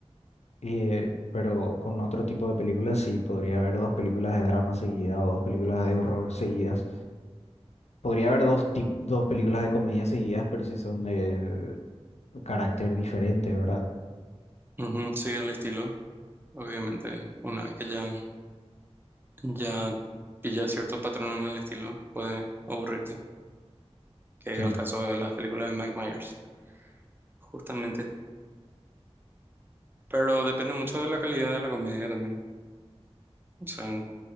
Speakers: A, on the left (about 80°); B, on the right (about 20°).
A: Eh, pero con otro tipo de películas sí, podría haber dos películas de drama seguidas o dos películas de horror seguidas. Podría haber dos, tip- dos películas de comedia seguidas, pero si son de carácter diferente, ¿verdad?
B: ujú. Sí, el estilo, obviamente, una vez que ya, ya pilla cierto patrón en el estilo, puede aburrirte, que
A: Sí.
B: es el caso de las películas de Mike Myers, justamente. Pero depende mucho de la calidad de la comedia también. O sea,